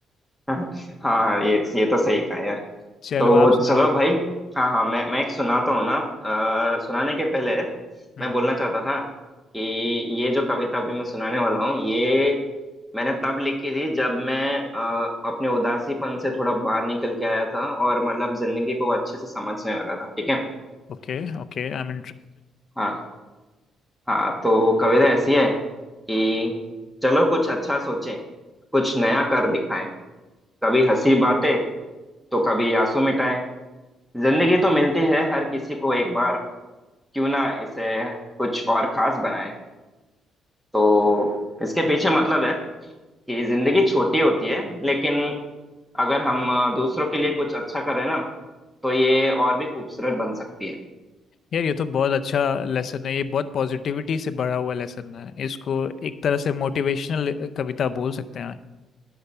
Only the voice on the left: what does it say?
चलो
आप सुनाओ
एक
Hmm
Okay Okay I am
interested
यार ये तो बहुत अच्छा लेसन है ये बहुत पॉजिटिविटी से भरा हुआ लेसन है इसको एक तरह से मोटिवेशनल कविता बोल सकते हैं